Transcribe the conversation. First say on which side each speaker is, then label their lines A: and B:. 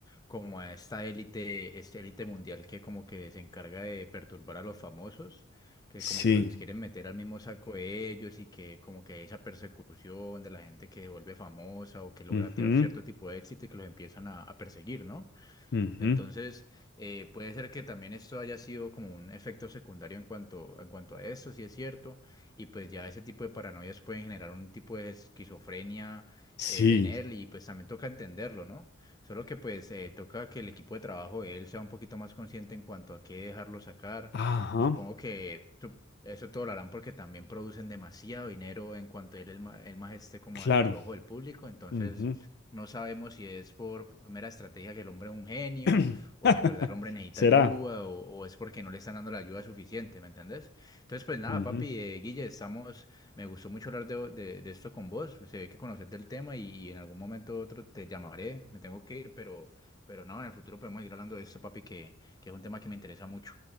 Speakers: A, on the left; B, on the left.
A: como a esta élite, esta élite mundial que como que se encarga de perturbar a los famosos, que
B: Sí.
A: como que los quieren meter al mismo saco de ellos y que como que hay esa persecución de la gente que se vuelve famosa o que logra
B: Ujú,
A: tier- cierto tipo de éxito y que los empiezan a, a perseguir, ¿no?
B: ujú.
A: Entonces, eh, puede ser que también esto haya sido como un efecto secundario en cuanto, en cuanto a esto, si es cierto, y pues ya ese tipo de paranoias pueden generar un tipo de esquizofrenia
B: Sí.
A: eh, en él y pues también toca entenderlo, ¿no? Solo que pues eh, toca que el equipo de trabajo de él sea un poquito más consciente en cuanto a qué dejarlo sacar.
B: Ajá.
A: Supongo que su- eso todo lo harán porque también producen demasiado dinero en cuanto él, el, el más esté como
B: Claro.
A: al al ojo del público, entonces...
B: Ujú.
A: No sabemos si es por pu- mera estrategia que el hombre es un genio,
B: <clears throat>
A: o si en verdad el hombre necesita
B: <laughs> ¿Será?
A: ayuda, o, o es porque no le están dando la ayuda suficiente, ¿me entendés? Entonces, pues nada,
B: Ujú.
A: papi, eh, Guille, estamos, me gustó mucho hablar de, de- de esto con vos, se ve que conoces del tema y, y en algún momento u otro te llamaré, me tengo que ir, pero, pero no, en el futuro podemos ir hablando de esto, papi, que, que es un tema que me interesa mucho.